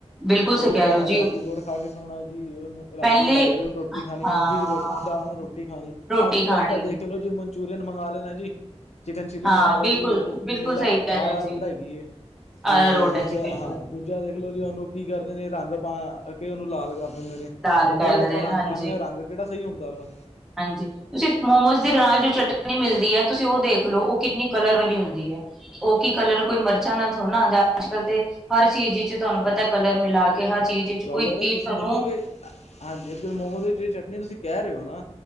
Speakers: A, in the centre; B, on the left (about 70°).
A: ਬਿਲਕੁਲ ਸਹੀ
B: ਓਦੇ
A: ਕਹਿ
B: ਨਾਲ
A: ਰਹੇ ਹੋ ਜੀ
B: <unintelligible> ਰਾਤੀ ਗੁੜ ਖਾ ਕੇ ਸੋਣਾ ਜੀ। ਓਨੂੰ ਰਾਤੀ
A: ਪਹਿਲੇ
B: ਲਾਈਟ ਵੀ ਦੋਟੀ ਖਾਣੀ
A: ਹਾਂ
B: ਮੂੰਗੀ ਦੀ ਰੋ ਦਾਲ ਨਾਲ ਰੋ ਟੀ ਖਾਣੀ।
A: ਰੋਟੀ
B: ਆੱਜ-ਕਾੱਲ
A: ਖਾਣੀ
B: ਤਾਂ ਦੇਖ ਲੋ ਜੀ ਮਨਚੂਰੀਅਨ ਮੰਗਵਾ ਲੈਣਾ ਜੀ ਚਿਕਨ ਚਿੱਲੀ
A: ਹਾਂ
B: ਮੰਗਾ
A: ਬਿਲਕੁਲ
B: ਲੋ ਜੀ। ਓ
A: ਬਿਲਕੁਲ
B: ਨੀਰਾ
A: ਸਹੀ ਕਹਿ ਰਹੇ
B: ਆਰਾਰੋਡ
A: ਹੋ ਜੀ
B: ਹੈਗੀ ਏ ਤੇ
A: ਆਰਾ ਰੋਟ
B: ਦੂਜਾ
A: ਹੈ ਜੀ ਬਿਲਕੁਲ
B: ਹਾਂ ਦੂਜਾ ਦੇਖ ਲੋ ਜੀ ਹੂਨ ਓ ਕੀ ਕਰਦੇ ਨੇ ਰੰਗ ਪਾ ਕੇ ਓਨੂੰ ਲਾਲ ਕਰ ਦਿੰਦੇ ਨੇ
A: ਦਾਲ ਕਰ
B: ਓ ਜੜਾ
A: ਦਿੰਦੇ
B: ਆਪਾਂ
A: ਨੇ
B: ਰੰਗ
A: ਹਾਂਜੀ
B: ਖਾਂਨੇ ਆਂ, ਰੰਗ ਕੇੜਾ ਸਈ ਹੁੰਦਾ ਵਾ।
A: ਹਾਂਜੀ। ਤੁਸੀ ਮੋਮੋਸ ਦੀ ਲਾਲ ਜੀ ਚਟਨੀ ਮਿਲਦੀ ਐ ਤੁਸੀ ਓ ਦੇਖ ਲੋ ਓ ਕਿੰਨੀ ਕਲਰ ਵਾਲੀ ਹੁੰਦੀ ਐ ਓ ਕੀ ਕਲਰ ਕੋਈ ਮਿਰਚਾਂ ਨਾਲ ਥੋੜਾ ਨਾ ਆਂਦੈ, ਆੱਜ-ਕਾੱਲ ਤੇ ਹਰ ਚੀਜ ਇੱਚ ਤੁਆਨੂੰ ਪਤੈ ਕਲਰ ਮਿਲਾ ਕੇ ਹਰ ਚੀਜ਼ ਵਿੱਚ ਕੋਈ
B: ਕਲਰ
A: ਚੀਜ਼
B: ਏ ਤੁਸੀ
A: ਤੁਹਾਨੂੰ
B: ਮੰਨੋਗੇ ਹਾਂਜੀ ਆੱਜ-ਕਾੱਲ ਮੋਮੋਸ ਦੀ ਜੜੀ ਚਟਨੀ ਤੁਸੀ ਕੈ ਰੇ ਓ ਨਾ